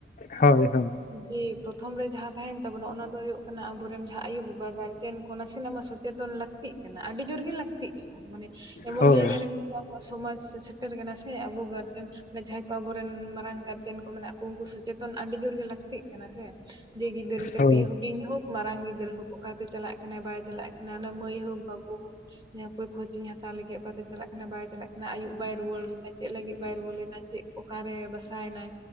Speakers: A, on the left; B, on the right.
A: ᱦᱳᱭ ᱦᱳᱭ᱾
B: ᱡᱮ ᱯᱨᱚᱛᱷᱚᱢ ᱨᱮ ᱡᱟᱦᱟᱸ ᱛᱟᱦᱮᱸᱱ ᱛᱟᱵᱚᱱᱟ ᱚᱱᱟ ᱫᱚ ᱦᱩᱭᱩᱜ ᱠᱟᱱᱟ ᱟᱵᱩᱨᱮᱱ ᱡᱟᱦᱟᱸ ᱟᱭᱳᱼᱵᱟᱵᱟ ᱜᱟᱨᱡᱮᱱ ᱠᱚ ᱱᱟᱸᱥᱮᱱᱟᱜ ᱢᱟ ᱥᱚᱪᱮᱛᱚᱱ ᱞᱟᱹᱠᱛᱤᱜ ᱠᱟᱱᱟ, ᱟᱹᱰᱤ ᱡᱳᱨ ᱜᱮ ᱞᱟᱹᱠᱛᱤᱜ ᱠᱟᱱᱟ ᱢᱟᱱᱮ ᱮᱢᱚᱱ
A: ᱦᱳᱭ
B: ᱡᱟᱭᱜᱟ ᱨᱮ ᱱᱤᱛᱚᱜ ᱟᱵᱚᱣᱟᱜ ᱥᱚᱢᱟᱡ ᱥᱮ ᱥᱮᱴᱮᱨ ᱠᱟᱱᱟ ᱥᱮ ᱟᱵᱚ ᱜᱟᱨᱡᱮᱱ ᱡᱟᱦᱟᱸᱭ ᱠᱚ ᱟᱵᱩᱨᱮᱱ ᱢᱟᱨᱟᱝ ᱜᱟᱨᱡᱮᱱ ᱠᱚ ᱢᱮᱱᱟᱜ ᱠᱚ ᱩᱝᱠᱩ ᱥᱚᱪᱮᱛᱚᱱ ᱟᱹᱰᱤ ᱡᱳᱨ ᱜᱮ ᱞᱟᱹᱜ ᱞᱟᱹᱠᱛᱤᱜ ᱠᱟᱱᱟ ᱥᱮ ᱡᱮ ᱜᱤᱫᱟᱹᱨ ᱠᱟᱹᱴᱤᱡ
A: ᱦᱳᱭ
B: ᱦᱩᱰᱤᱧ ᱦᱳᱠ ᱢᱟᱨᱟᱝ ᱜᱤᱫᱟᱹᱨ ᱦᱳᱠ ᱚᱠᱟᱛᱮ ᱪᱟᱞᱟᱜ ᱠᱟᱱᱟᱭ ᱵᱟᱭ ᱪᱟᱞᱟᱜ ᱠᱟᱱᱟ ᱚᱱᱟ ᱢᱟᱹᱭ ᱦᱳᱠ ᱵᱟᱹᱵᱩ ᱦᱳ ᱦᱮᱸ ᱚᱠᱚᱭ ᱠᱷᱳᱪᱤᱧ ᱦᱟᱛᱟᱣ ᱞᱮᱜᱮ ᱚᱠᱟᱛᱮ ᱪᱟᱞᱟᱜ ᱠᱟᱱᱟ ᱵᱟᱭ ᱪᱟᱞᱟᱜ ᱠᱟᱱᱟ ᱟᱭᱩᱵ ᱵᱟᱭ ᱨᱩᱣᱟᱹᱲ ᱞᱮᱱᱟ, ᱪᱮᱫ ᱞᱟᱹᱜᱤᱫ ᱵᱟᱭ ᱨᱩᱣᱟᱹᱲ ᱞᱮᱱᱟ? ᱪᱮᱫ ᱚᱠᱟ ᱨᱮ ᱵᱟᱥᱟᱭᱮᱱᱟᱭ